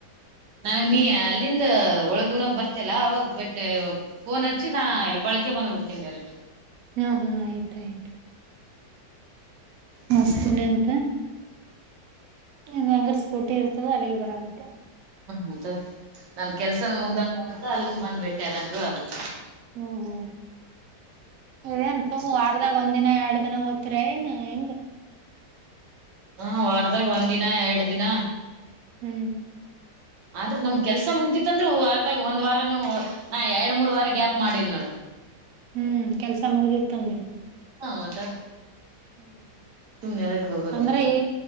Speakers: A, on the right; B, on the right.
A: ನನ್ ನೀ ಅಲ್ಲಿಂದ ಒಳಗ ಉಣಕ್ ಬರ್ತಲ್ಲ ಅವಾಗ ಬಟ್ಟ ಫೋನ್ ಹಚ್ಚಿ ನಾ ಹೆ ಬಳ ನಾಳಕ್ಕೆ ಬಂದು ಬಿಡ್ತನಿ ಡೈರೆಕ್ಟ್
B: ಹ್ಮ ಹ್ಮ್ ಆಯ್ತ ಆಯ್ತ ಹಸ್ತೀನಿ ಅಂತ ಇದ ಹೆಂಗರ್ ಸ್ಕೂಟಿ ಇರ್ತದ ಅಲ್ಲಿಗೆ ಬರತ್ತೆ
A: ಹ್ಮಂತ ನನ್ ಕೆಲ್ಸನ ಮುಗ್ದಂಗ ಆಗುತ್ತಾ ಅಲ್ಲಿಗೂ ಬಂದ್ಬಟ್ಟೆದಂಗೂ ಆಗುತ್ತ
B: ಹ್ಮ್ ಹ್ಮ್ ಇವೇನ್ ವಾರದಾಗ ಒಂದ ದಿನ ಎರಡ್ ದಿನ ಹೊಯತಿರೆನ್ ಏನ್ ಹೆಂಗ
A: ಹಾ ವಾರದಾಗ ಒಂದ್ ದಿನ ಎರಡ್ ದಿನ
B: ಹ್ಮ್
A: ಆದ್ರೆ ನಮ್ ಕೆಲ್ಸ ಮುಗ್ದಿತ್ತ ಅಂದ್ರರು ವರ್ಧಗ್ ಒಂದ್ ವಾರನು ನಾ ಎರಡ್ ಮೂರ್ ವಾರ ಗ್ಯಾಪ್ ಮಾಡಿನ್ ನೋಡ
B: ಹ್ಮ್ ಕೆಲ್ಸ ಮುಗ್ದಿತ್ತಂದರು
A: ಹ ಮತ್ತ
B: ಹ್ಮ ಹ್ಮ
A: ಸುಮ್ನೆ ಎದಕ್ ಹೋಗೋದಂತ
B: ಅಂದ್ರೆ ಈ